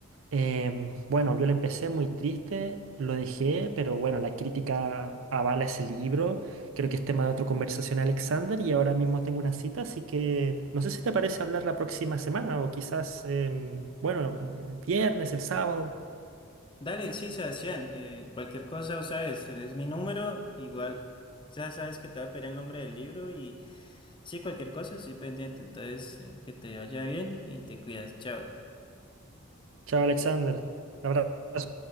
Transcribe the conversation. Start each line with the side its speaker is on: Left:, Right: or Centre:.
Right: Em, bueno, yo lo empecé muy triste, lo dejé, pero bueno, la crítica avala ese libro. Creo que es tema de otra conversación, Alexander, y ahora mismo tengo una cita, así que no sé si te parece hablar la próxima semana o quizás, em, bueno, el viernes, el sábado.
Left: Dale, sí, Sebastián, eh, cualquier cosa, o sabes, tenés mi número, igual ya sabes que te va a pedir el nombre del libro y sí, cualquier cosa, estoy pendiente, entonces eh, que te vaya bien y te cuidas, chao.
Right: Chao, Alexander. Un abrazo.